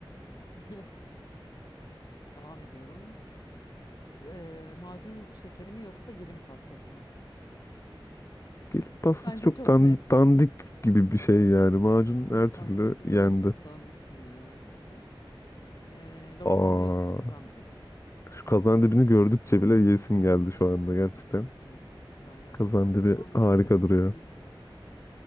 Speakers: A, on the left (about 50°); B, on the left (about 30°).
A: <laughs> Devam ediyorum. Eh, macun şekeri mi yoksa gelin pastası mı?
B: Gelip pastası
A: Bence
B: çok
A: çok
B: dan-
A: net.
B: dandik gibi bir şey yani. Macun
A: Evet, gelin
B: her
A: pastası
B: türlü yendi.
A: biraz dandik tınlıyor gerçekten. Eh, lokma
B: Aa,
A: mı yoksa kazandibi mi?
B: şu kazan dibini gördükçe bile yesim geldi şu anda gerçekten.
A: Evet, çok güzel gerçekten.
B: Kazan
A: Kazandibi
B: dibi harika
A: müthiş bir
B: duruyor.
A: şey, iyi ki var.